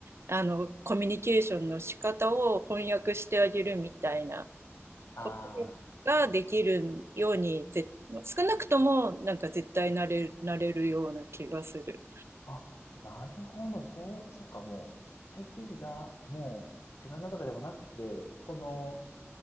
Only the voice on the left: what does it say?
あ
あ。あ、なるほど。そう、そっか、もう、IT がもう、違うなとかでもなくて、この、